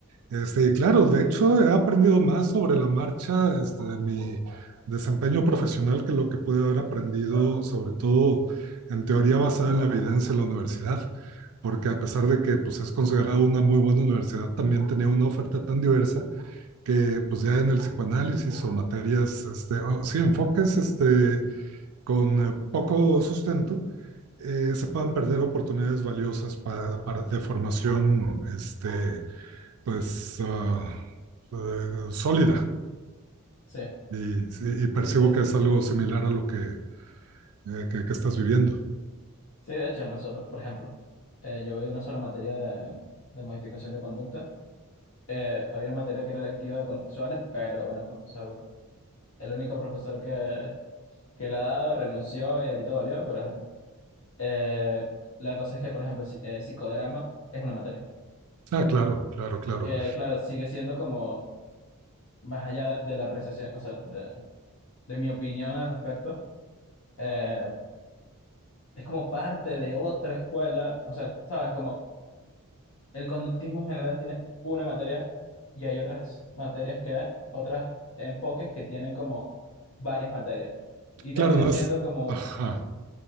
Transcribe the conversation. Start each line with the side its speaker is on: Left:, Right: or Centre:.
Right: este, y claro, de hecho he aprendido más sobre la marcha, este, de mi desempeño profesional que lo que pude haber aprendido, sobre todo en teoría basada en la evidencia en la universidad, porque a pesar de que pues, es considerada una muy buena universidad, también tenía una oferta tan diversa que pues ya en el psicoanálisis o materias, este, o, sí, enfoques este, con eh, poco sustento, eh, se puedan perder oportunidades valiosas para, para- de formación este, pues uh, eh, sólida
Left: Sí,
Right: y, sí, y percibo
Left: sí, sí. Sí,
Right: que es algo similar a lo que, eh, que, que estás viviendo.
Left: Sí, de hecho, nosotros, por ejemplo, eh, llevé una sola materia de, de modificación de conducta. Eh, había una materia que era electiva de contextuales, pero bueno, el profesor, el único profesor que, que la ha dado renunció y ahorita volvió, pero ajá. Eh, la cosa es que, por ejemplo, si- eh, psicodrama es una materia
Right: Ah, claro, claro, claro.
Left: que claro, sigue siendo como más allá de la apreciación, o sea, de, de mi opinión al respecto, eh, es como parte de otra escuela, o sea, sabes, como el conductismo en general tiene una materia y hay otras materias que, otros enfoques que tienen como varias materias. Y termina
Right: Claro, no
Left: siendo
Right: es,
Left: como,
Right: ajá.